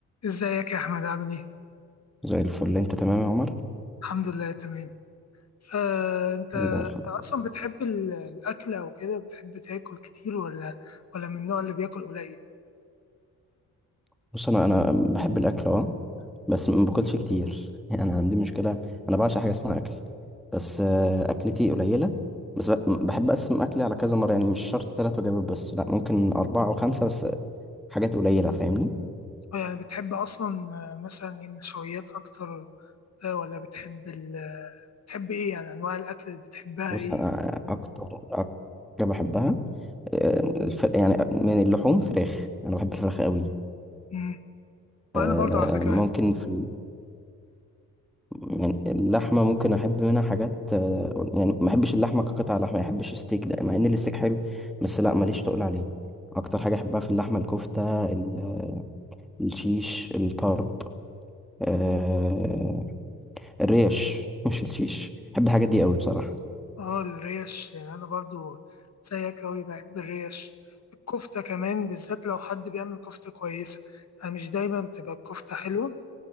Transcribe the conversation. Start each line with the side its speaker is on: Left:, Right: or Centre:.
Left: ازيك يا احمد عامل ايه
Centre: زي الفل انت تمام يا عمر
Left: الحمد لله تمام آه، انت
Centre: ايه ده الحمد
Left: اصلا بتحب ال- الاكل او كده بتحب تاكل كتير ولا ولا من النوع اللي بياكل قليل
Centre: بص انا انا بحب الاكل اه بس ما باكلش كتير <laughs> يعني انا عندي مشكله انا بعشق حاجه اسمها اكل بس آه، اكلتي قليله بس ب- بحب اقسم اكلي على كذا مره يعني مش شرط ثلاث وجبات بس لا ممكن اربعه او خمسه بس حاجات قليله فاهمني
Left: أو يعني بتحب اصلا آه، مثلا إيه، النشويات اكتر آه، ولا بتحب ال آه، بتحب ايه يعني انواع الاكل اللي بتحبها
Centre: بص
Left: ايه
Centre: انا اكتر أكتر حاجه بحبها آه، الف... يعني من اللحوم فراخ انا بحب الفراخ قوي
Left: مم. وانا
Centre: آه،
Left: برضو على فكره
Centre: ممكن
Left: بحب
Centre: في يعني اللحمة ممكن أحب منها حاجات آه، يعني ما أحبش اللحمة كقطعة لحمة ما أحبش الستيك ده مع إن الستيك حلو بس لأ ماليش تقول عليه أكتر حاجة أحبها في اللحمة الكفتة ال- الشيش الطرب آه الريش <laughs> مش الشيش بحب الحاجات دي قوي بصراحة
Left: اه الريش يعني انا برضو زيك اوي بحب الريش الكفته كمان بالذات لو حد بيعمل كفته كويسه يعني مش دايما بتبقى الكفته حلوه